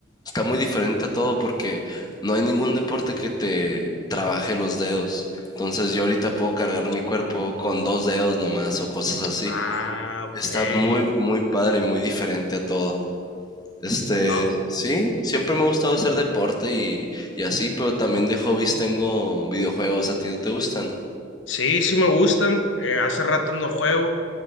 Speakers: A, on the left; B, on the left.
A: está muy diferente a todo porque no hay ningún deporte que te trabaje los dedos. Entonces yo ahorita puedo cargar mi cuerpo
B: Oh,
A: con dos dedos nomás o cosas así.
B: ah, ok.
A: Está muy, muy padre y muy diferente a todo. Este,
B: No.
A: sí, siempre me ha gustado hacer deporte y, y así, pero también de hobbies tengo videojuegos. ¿A ti no te gustan?
B: Sí, sí me gustan. Eh, hace rato no juego.